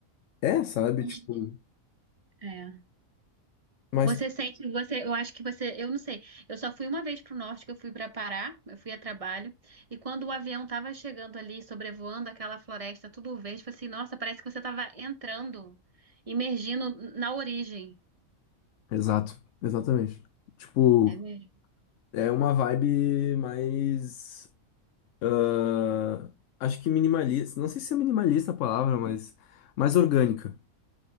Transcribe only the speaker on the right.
Os-
É.
Você sente, você, eu acho que você, eu não sei. Eu só fui uma vez para o norte, que eu fui para Pará, eu fui a trabalho, e quando o avião estava chegando ali, sobrevoando aquela floresta, tudo verde, eu falei assim, nossa, parece que você estava entrando, imergindo na origem.
É mesmo?